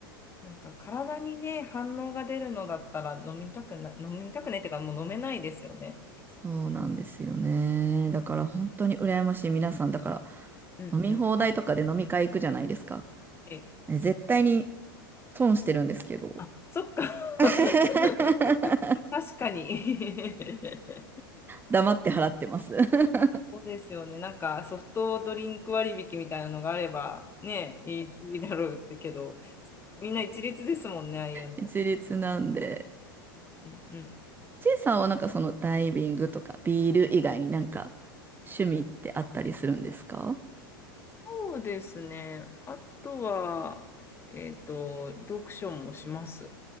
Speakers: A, on the left; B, on the right.
A: なんか体にね、反応が出るのだったら飲みたくない、飲みたくないっていうかもう飲めないですよね。
B: そうなんですよね。だから本当に羨ましい皆さん。だから
A: うんうん。
B: 飲み放題とかで飲み会行くじゃないですか。
A: え、
B: ね絶対に損してるんですけど。
A: あ、そっか。
B: <laughs>
A: <laughs> 確かに。<laughs>
B: 黙って払ってます。<laughs>
A: あそうですよね。なんかソフトドリンク割引みたいなのがあればね、いいだろうってけど、みんな一律ですもんね、ああいうの。
B: 一律なんで。
A: うんうんうん、
B: チェイさんはなんかそのダイビングとかビール以外になんか趣味ってあったりするんですか
A: そうですね。あとは、えっと、読書もします。